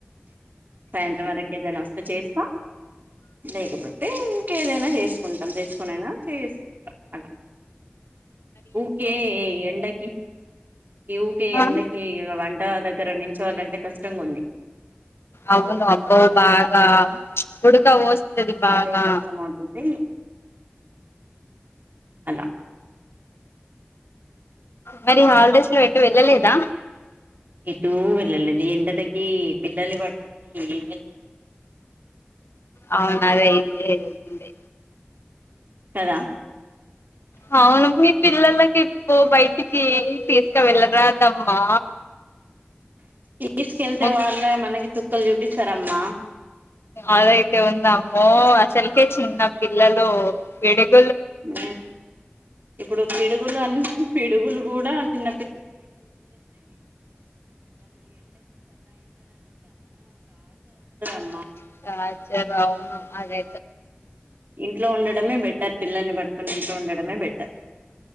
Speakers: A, on the right; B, on the left.
A: సాయంత్రం వరకు ఏదైనా వస్తే చేస్తాం లేకపోతే ఇంకేదైనా చేసుకుంటాం తెచ్చుకొనైన చేసుకుంటాం అలా ఊకే ఎండకి ఈ ఊకే
B: ఆ
A: ఎండకి ఇగ వంట దగ్గర నిల్చోవాలంటే కష్టం. అడ్డంగ ఉంది
B: అవును అబ్బ బాగా ప్చ్ ఉడక వొస్తది బాగా
A: అదే కష్టం అవుతుంది అలా
B: మరి హాలిడేస్ లో ఎట్ ఎటు వెళ్ళలేదా
A: ఎటూ వెళ్ళలేదు ఎండలకి పిల్లల్ని పట్టుకొని ఏం వెళ్
B: అవును అదే ఇప్పుడే చేసింది
A: కదా
B: అ అవును మీ పిల్లలకి నువ్ బయటికి తీసుక వెళ్ళరాదమ్మా
A: తీస్కెళ్తే
B: ము
A: వాల్లే మనకి చుక్కల్ చూపిస్తరమ్మా
B: అదైతే ఒంద అమ్మో అసలకే చిన్న పిల్లలు <unintelligible>
A: ఉ ఇప్పుడు పిడుగులు అన్న <unintelligible>
B: <unintelligible> అవును అదే
A: ఇంట్లో ఉండడమే బెటర్ పిల్లల్ని పట్టుకొని ఇంట్లో ఉండడమే బెటర్